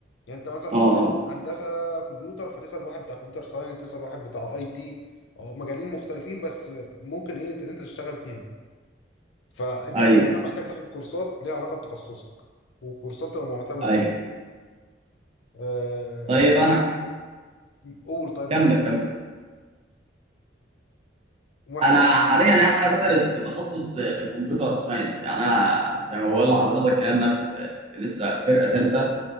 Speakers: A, on the left; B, on the right.
A: يعني انت مثلا لو
B: اه آه،
A: هندسه كمبيوتر فتسال واحد بتاع كمبيوتر ساينس تسال واحد بتاع اي تي اه، مجالين مختلفين بس ممكن ايه انت تشتغل فيهم فانت
B: ايوه
A: اول حاجه محتاج تاخد كورسات ليها علاقه بتخصصك وكورسات تبقى معتمده
B: ايوه
A: شوية. أه...
B: طيب انا
A: قول طيب ما-
B: كمل كمل
A: ومحتاج
B: انا حاليا يعني انا بدرس في تخصص كمبيوتر ساينس يعني انا زي ما بقول لحضرتك كده انا في في لسه فرقه ثالثه